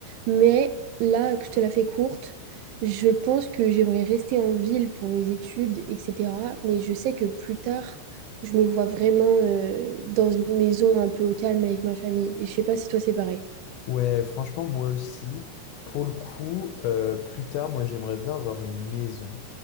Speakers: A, on the right (about 75°); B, on the left (about 80°).
A: Mais là, que je te la fais courte, je pense que j'aimerais rester en ville pour mes études, etc. Mais je sais que plus tard, je me vois vraiment euh, dans une maison un peu au calme avec ma famille. Et je sais pas si toi, c'est pareil.
B: Ouais, franchement, moi aussi. Pour le coup, euh, plus tard, moi, j'aimerais bien avoir une maison.